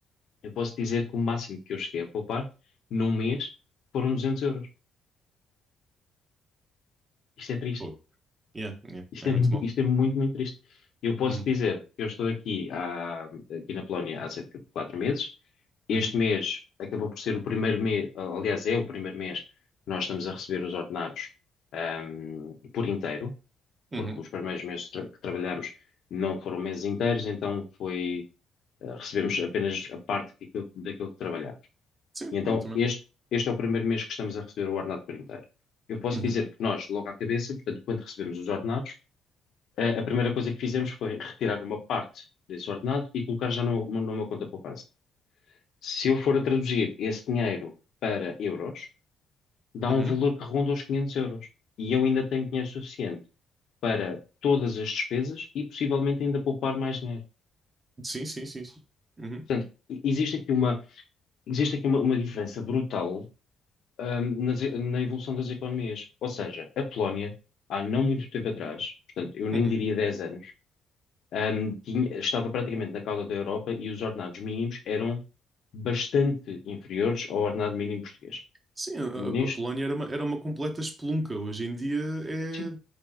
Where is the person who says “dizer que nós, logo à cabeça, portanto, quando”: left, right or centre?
Left